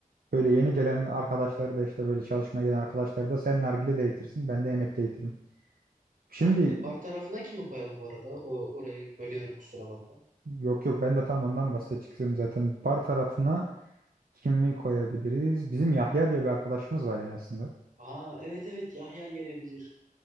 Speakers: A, on the right; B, on the right.
A: Böyle yeni gelen arkadaşları da işte böyle çalışmaya gelen arkadaşları da sen nargile de eğitirsin. Ben de yemek de eğitirim. Şimdi
B: Olur. Bar tarafına kimi koyalım bu arada? O, orayı bölüyorum kusura bakma.
A: yok yok ben de tam ondan bahsedeceğim zaten. Bar tarafına kimi koyabiliriz? Bizim Yahya diye bir arkadaşımız var ya aslında.
B: Aa evet evet Yahya gelebilir.